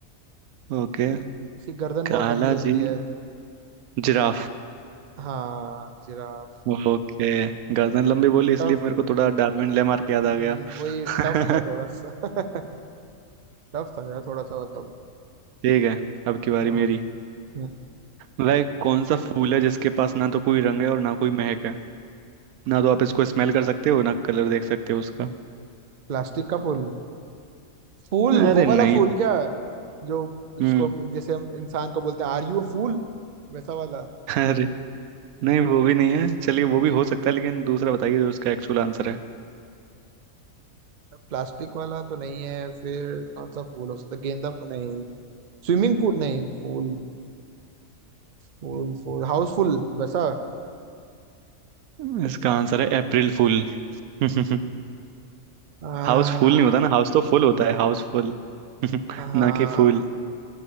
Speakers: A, on the right; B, on the right.
A: ओके
B: इसकी गर्दन
A: काला
B: बहुत लंबी होती
A: जी
B: है
A: जिराफ
B: हाँ जिराफ
A: ओके गर्दन लंबी बोली इसलिए
B: टफ
A: मेरे को थोड़ा डार्विन लेमार्क याद
B: हम्म,
A: आ गया
B: वही
A: <laughs>
B: टफ था थोड़ा सा <laughs> टफ था यार थोड़ा सा मतलब
A: ठीक है अब की बारी
B: हाँ
A: मेरी
B: हम्म,
A: वह कौन सा फूल है जिसके पास ना तो कोई रंग है और ना कोई महक है ना तो आप इसको स्मेल कर सकते हो ना कलर देख सकते हो उसका
B: प्लास्टिक का फूल फूल
A: अरे
B: वो
A: नहीं
B: वाला फूल क्या जो जिसको
A: हम्म
B: हम जैसे हम इंसान को बोलते हैं आर यू अ फूल वैसा वाला
A: अरे नहीं वो भी नहीं है चलिए वो भी हो सकता है लेकिन दूसरा बताइए जो इसका एक्चुअल आंसर है
B: प्लास्टिक वाला तो नहीं है फिर कौन सा फूल हो सकता है गेंदा फूल नहीं स्विमिंग पूल नहीं फूल फूल फूल हाउसफुल वैसा
A: हम्म, इसका आंसर है अप्रैल फूल <laughs>
B: आ,
A: हाउस फूल नहीं होता ना हाउस तो फुल होता है हाउस फुल <laughs>
B: हाँ
A: ना कि फूल